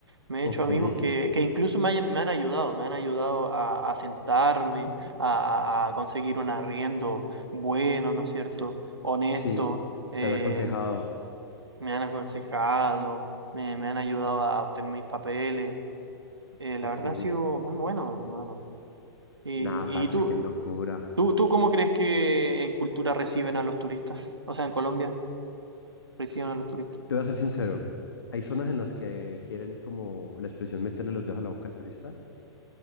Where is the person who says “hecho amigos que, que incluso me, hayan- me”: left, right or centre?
Right